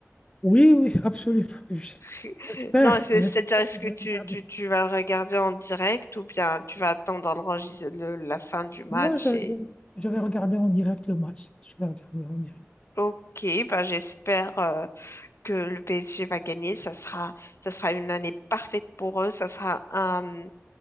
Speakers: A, on the left; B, on the left.
A: Oui, oui, absolument. J-
B: Tu- <laughs>
A: J'espère,
B: Non, c'est-
A: j'espère
B: c'est-à-dire est-ce
A: que je
B: que
A: vais
B: tu,
A: regarder.
B: tu, tu vas le regarder en direct ou bien tu vas attendre l'enregis- le- la fin du match
A: Moi, je,
B: et...
A: je- je vais regarder en direct le match. Je vais regarder en direct.
B: Ok, bah, j'espère euh, que le PSG va gagner. Ça sera, ça sera une année parfaite pour eux. Ça sera un,